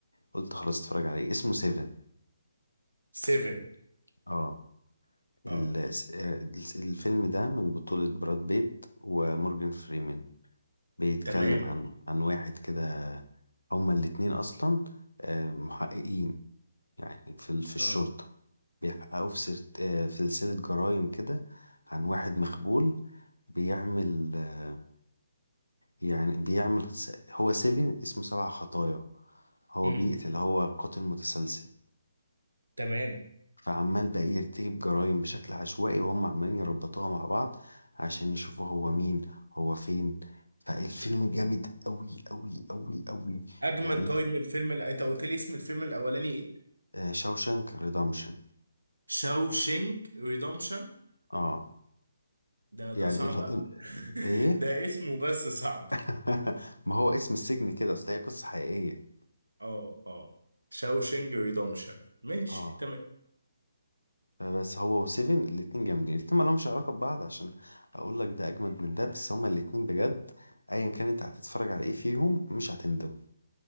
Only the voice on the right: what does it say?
سيفن
اه
تمام
اه
امم
تمام
اجمد
طيب
من الفيلم اللي انت قلت لي اسم الفيلم الاولاني ايه
شاوشينج ريدومشن
ده ده
صعب
قوي
<laughs>
ده اسمه بس صعب
اه اه شاوشنج ريدومشن ماشي
تمام